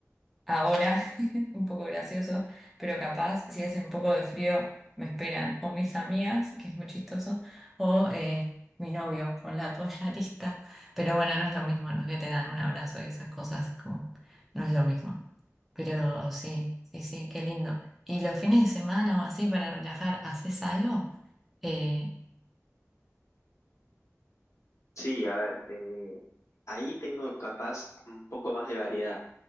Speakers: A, in the centre; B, on the left.
A: ahora, <laughs> un poco gracioso, pero capaz si hace un poco de frío me esperan o mis amigas, que es muy chistoso, o eh, mi novio con la toalla <laughs> lista. Pero bueno, no es lo mismo, no es que te dan un abrazo y esas cosas, como no es lo mismo. Pero sí, sí, sí, qué lindo. ¿Y los fines de semana o así para relajar, haces algo? Eh,
B: Sí, a ver, eh, ahí tengo capaz un poco más de variedad,